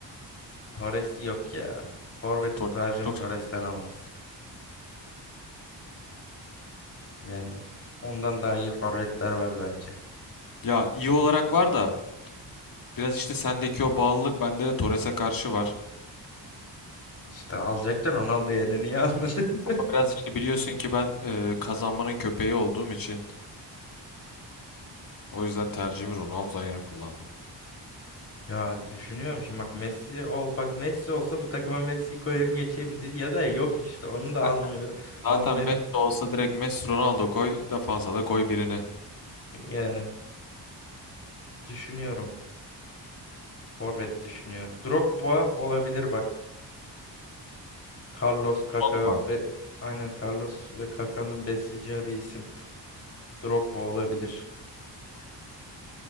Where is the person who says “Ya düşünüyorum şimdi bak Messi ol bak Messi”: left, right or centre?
Left